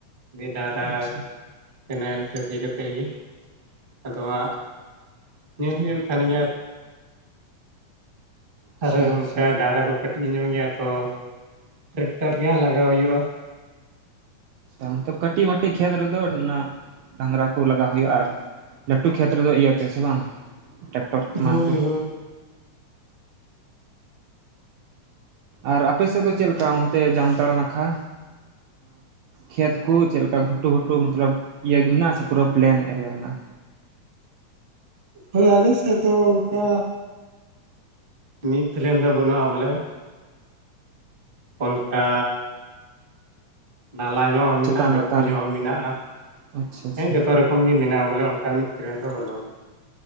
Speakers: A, on the right; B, on the right.
A: ᱰᱟᱝᱨᱟ
B: ᱟᱪᱪᱷᱟ
A: ᱠᱮᱱᱮᱞ ᱛᱮ ᱥᱤ ᱠᱟᱛᱮᱫ ᱜᱤ ᱟᱫᱚ ᱦᱟᱸᱜ ᱧᱮᱞ ᱦᱩᱭᱩᱜ ᱠᱟᱱ ᱜᱮᱭᱟ
B: ᱟᱪᱪᱷᱟ
A: ᱟᱨᱚ ᱚᱱᱠᱟ
B: ᱟᱪᱪᱷᱟ
A: ᱰᱟᱝᱨᱟ ᱠᱚ ᱠᱟᱹᱴᱤᱡ ᱧᱚᱜ ᱜᱮᱭᱟ ᱛᱚ ᱴᱨᱟᱠᱴᱟᱨ ᱜᱮ ᱦᱟᱸᱜ ᱞᱟᱜᱟᱣ ᱦᱩᱭᱩᱜᱼᱟ
B: ᱟᱪᱪᱷᱟ <inaudible> ᱠᱟᱹᱴᱤᱡ ᱢᱟᱹᱴᱤᱡ ᱠᱷᱮᱛ ᱨᱮᱫᱚ ᱱᱟᱸᱜ ᱰᱟᱝᱨᱟ ᱠᱚ ᱞᱟᱜᱟᱣ ᱦᱩᱭᱩᱜᱼᱟ ᱟᱨ ᱞᱟᱹᱴᱩ ᱠᱷᱮᱛ ᱨᱮᱫᱚ ᱤᱭᱟᱹᱛᱮ ᱥᱮ ᱵᱟᱝ ᱴᱨᱟᱠᱴᱚᱨ ᱮᱢᱟᱱ
A: ᱦᱳᱭ
B: ᱠᱚ
A: ᱦᱳᱭ
B: ᱟᱨ ᱟᱯᱮ ᱥᱮᱫ ᱫᱚ ᱪᱮᱫ ᱞᱮᱠᱟ ᱚᱱᱛᱮ ᱡᱟᱢᱛᱟᱲᱟ ᱱᱟᱠᱷᱟ ᱠᱷᱮᱛ ᱠᱚ ᱪᱮᱫ ᱞᱮᱠᱟ ᱜᱷᱩᱴᱩ ᱜᱷᱩᱴᱩ ᱢᱚᱛᱞᱚᱵᱽ ᱤᱭᱟᱹ ᱜᱮ ᱢᱮᱱᱟᱜᱼᱟ ᱥᱮ ᱯᱩᱨᱟᱹ ᱯᱞᱮᱱ ᱮᱨᱤᱭᱟ ᱢᱮᱱᱟᱜᱼᱟ
A: ᱦᱳᱭ ᱟᱞᱮᱥᱮᱫ ᱫᱚ ᱚᱱᱠᱟ ᱢᱤᱫ ᱯᱞᱮᱱ ᱫᱚ ᱵᱟᱹᱱᱩᱜᱼᱟ ᱵᱚᱞᱮ ᱚᱱᱠᱟ ᱱᱟᱞᱟ ᱧᱚᱜ ᱦᱚᱸ ᱢᱮᱱᱟᱜᱼᱟ
B: ᱪᱮᱛᱟᱱ
A: ᱰᱩᱯᱩ
B: ᱞᱟᱛᱟᱨ
A: ᱧᱚᱜ ᱦᱚᱸ ᱢᱮᱱᱟᱜᱼᱟ
B: ᱟᱪᱪᱷᱟ ᱟᱪᱪᱷᱟ
A: ᱦᱮᱸ ᱡᱚᱛᱚ ᱨᱚᱠᱚᱢ <inaudible> ᱢᱮᱱᱟᱜᱼᱟ ᱵᱚᱞᱮ ᱚᱱᱠᱟ ᱢᱤᱫ ᱯᱮᱞᱮᱱ ᱫᱚ ᱵᱟᱹᱱᱩᱜᱼᱟ